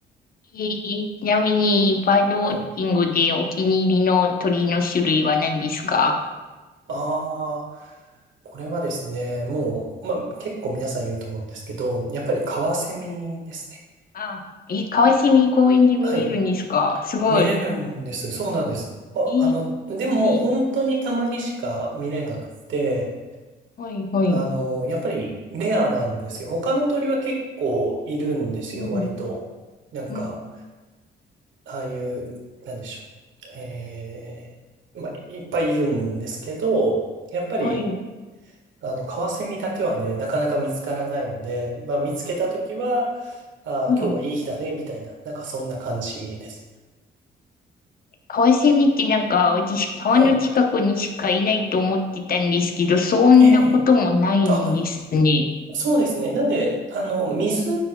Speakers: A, on the left; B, on the right.
A: えーちなみに、バードウォッチングでお気に入りの鳥の種類は何ですか
B: はい。ああ、これはですね、もう、まあ結構皆さん言うと思うんですけど、やっぱりカワセミですね。
A: あ、え、川蝉公園で見れるんですかすごい。
B: はい。見れるんです。そうなんです。あ、
A: え
B: あの、でも、本当にたまにしか見れなくて、
A: ー、はい。はい。
B: あの、やっぱりレアなんですよ。他の鳥は結構いるんですよ、
A: うん。
B: 割と。なんか、
A: うん。
B: ああいう、なんでしょう。えー、まあ、いっぱいいるんですけど、やっぱり、
A: はい。
B: あの、カワセミだけはね、なかなか見つからないので、まあ、見つけたときは、あー、
A: はい。
B: 今日はいい日だね、みたいな、なんかそんな感じです。
A: カワセミってなんか、私、川の近くにしかいないと思ってたんですけど、
B: はい。
A: そんなこともないんですね。
B: ええあそうですね。なんで、あの、水